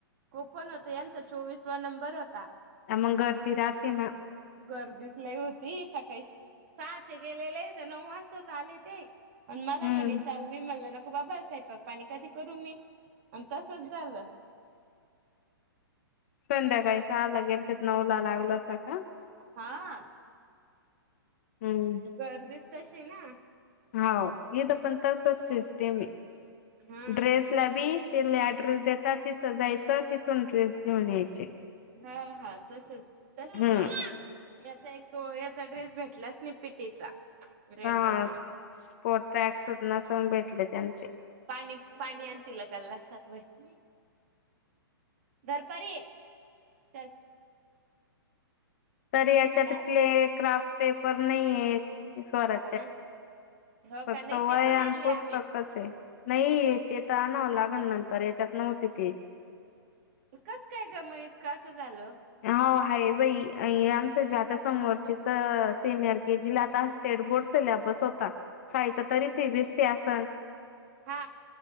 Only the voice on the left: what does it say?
हा मंग गर्दी राहती ना
हम्म
संध्याकाळी साला गेलते त नऊ ला लागल होता का?
हूं!
हो हित पण तसच सिस्टीम हे
ड्रेस ला बी तेनी अड्रेस देता तिथं जायचं तिथून ड्रेस घेऊन यायचे
हम्म
हा
स्पो स्पोट ट्रॅक सुट नसलं भेटले त्यांचे
तर याच्या
तीथले क्राफ्ट पेपर नहीये स्वरा
फक्त
वयान
पुस्तक
चय नही ते तर आणाव लागल, नंतर याच्यात नव्हते ते.
आ हो आहे बई अई आमच्या जे आता समोरचीच सिनियर के जी ला आता स्टेटबोर्ड सिल्याबस होता सायी चा तरी सीबीसी असन